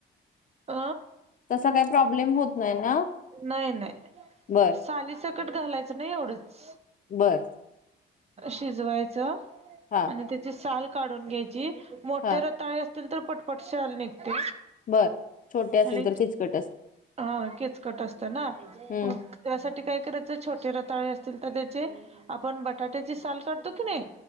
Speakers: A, on the right; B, on the left.
A: अ
B: तसा काही प्रॉब्लेम होत नाही ना
A: नाही नाही
B: बर
A: सालीसकट घालायचं नाही एवढंच.
B: बर
A: शिजवायचं
B: हा
A: आणि त्याची साल काढून घ्यायची. मोठे
B: हा
A: रताळे असतील तर पटपट शाल निघते
B: बर छोटे असेल
A: आणि
B: तर किचकटच
A: हा केचकट असतं ना
B: हम्म
A: त्यासाठी काय करायचं छोटे रताळे असतील तर त्याचे आपण बटाट्याची साल काढतो की नाही.